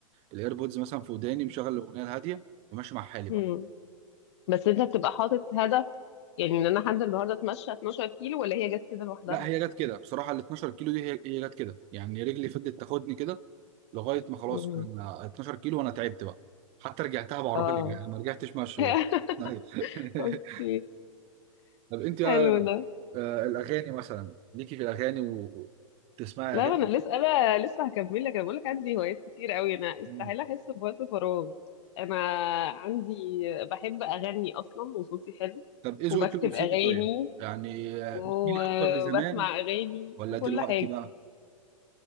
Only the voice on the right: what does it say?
الايربودز مثلا في وداني مشغل الاغنيه الهاديه وماشي مع حالي بقى
لا هي جت كده بصراحه ال 12 كيلو دي هي هي جت كده يعني رجلي فضلت تاخدني كده لغايه ما خلاص
انا 12 كيلو وانا تعبت بقى حتى رجعتها بعربيه
<laughs> يعني ما رجعتش ماشي
برضه أيوة. <laughs>
طب انت بقى،
آه، الاغاني مثلا ليكي في الاغاني وتسمعي
اغاني
مم.
طب ايه ذوقك
الموسيقي
طيب يعني آه،
بتميلي اكتر لزمان
ولا
دلوقتي
بقى